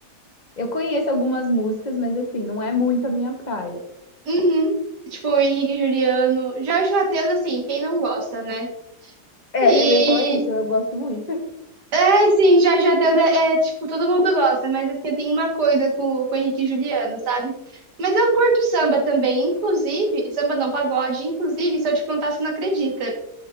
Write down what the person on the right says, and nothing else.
Uhum. Tipo, o Henrique e Juliano. Jorge Mateus, assim, quem não gosta, né?
E,
é, assim, Jorge Mateus é, é, tipo, todo mundo gosta, mas, assim, tem uma coisa com, com o Henrique e Juliano, sabe? Mas eu curto samba também, inclusive, samba não, pagode, inclusive, se eu te contar, você não acredita.